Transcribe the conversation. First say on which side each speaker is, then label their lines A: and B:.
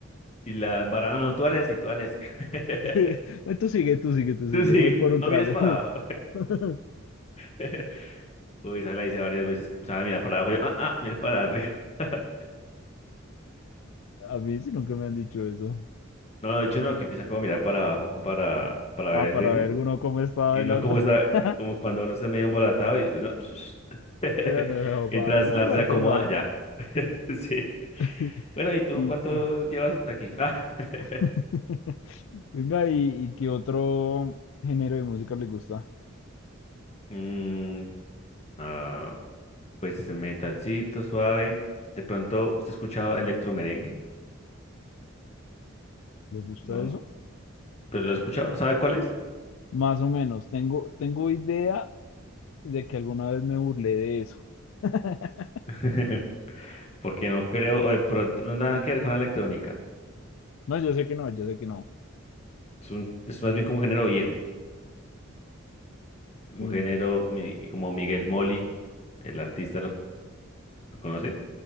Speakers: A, on the left (about 30°); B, on the left (about 70°).
A: Y la embarra, no, no, tú dale así, tú dale así. <laughs>
B: <laughs> No, Tú sigue, tú sigue, tú sigue.
A: Tú sigue,
B: Voy por
A: no,
B: un
A: no
B: trago.
A: mires para abajo.
B: <laughs>
A: <laughs> Uy, esa la hice varias veces que empezaba a mirar para abajo. Yo, ah, ah, mires para arriba. <laughs>
B: A mí sí nunca me han dicho eso.
A: No, no, de hecho no, que empieza como a mirar para abajo como para, para
B: Ah,
A: ver el
B: para
A: ritmo.
B: ver uno cómo está
A: Y
B: bailando.
A: uno como está,
B: <laughs>
A: como cuando uno está medio embolatado y uno- <laughs>
B: Eh, No, no, no,
A: mientras
B: pa- mira
A: la
B: para
A: reacomoda,
B: otro lado.
A: ya. <laughs> Sí.
B: <laughs>
A: Bueno, ¿y tú
B: Y,
A: cuánto llevas aquí? Ah. <laughs>
B: <laughs> venga, ¿y, y qué otro género de música le gusta?
A: Mm, ah, pues metalcito, suave. De pronto, ¿usted ha escuchado electromerengue?
B: ¿Le gusta
A: No,
B: eso?
A: pero lo he escuchado, ¿sabe cuál es?
B: Más o menos. Tengo, tengo idea de que alguna vez me burlé de eso. <laughs>
A: <laughs> Porque no creo, o de pronto, no nada que ver con la electrónica.
B: No, yo sé que no, yo sé que no.
A: Es un, es más bien como un género viejo. Un
B: Uy,
A: género
B: no,
A: mi- como Miguel Molly, el artista, ¿lo, lo conoce?